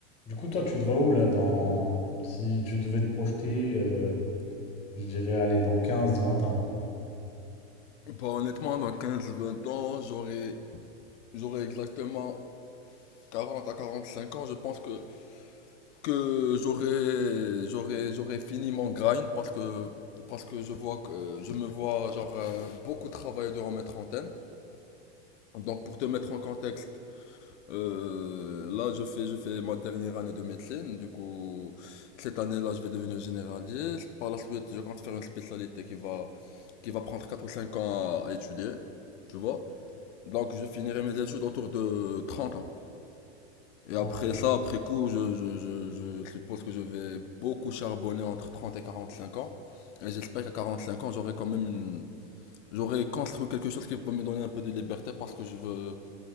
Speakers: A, on the left (about 20°); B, on the left (about 80°).
A: Du coup, toi, tu te vois où là dans... Si tu devais te projeter, euh, je dirais aller dans quinze, vingt ans.
B: Bah, honnêtement, dans quinze vingt ans, j'aurai, j'aurai exactement 40 à 45 ans. Je pense que, que j'aurai, j'aurai, j'aurai fini mon grind parce que, parce que je vois que, je me vois, genre, euh, beaucoup travailler durant mes trentaines. Donc, pour te mettre en contexte, euh, là, je fais, je fais ma dernière année de médecine. Du coup, cette année-là, je vais devenir généraliste. Par la suite, je compte faire une spécialité qui va, qui va prendre 4 ou 5 ans à à étudier. Tu vois? Donc je finirai mes études autour de 30 ans. Et
A: Ok.
B: après ça, après coup, je, je, je, je suppose que je vais beaucoup charbonner entre 30 et 45 ans. Et j'espère qu'à 45 ans, j'aurai quand même une... J'aurai construit quelque chose qui va me donner un peu de liberté parce que je veux...